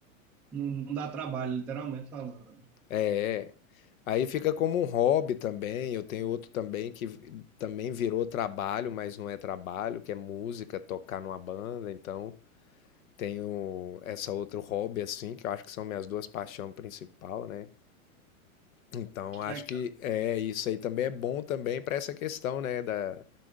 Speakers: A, in the centre; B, on the left (about 70°).
A: não não dá trabalho, literalmente falando.
B: É, é. aí fica como um hobby também. Eu tenho outro também que vi- também virou trabalho, mas não é trabalho, que é música, tocar numa banda, então tenho essa outro hobby assim, que eu acho que são minhas duas paixões principais, né. Então, acho
A: Legal.
B: que é isso aí também é bom também para essa questão, né, da,